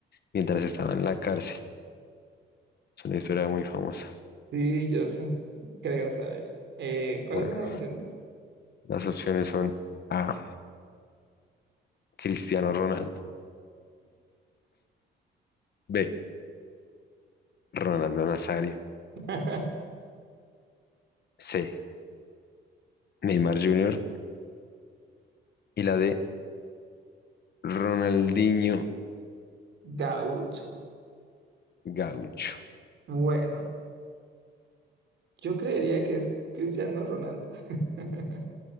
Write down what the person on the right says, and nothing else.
Sí, yo sé, creo saber. Eh, ¿cuáles
son las opciones?
<laughs>
Gaucho.
Bueno, yo creería que es Cristiano Ronaldo. <laughs>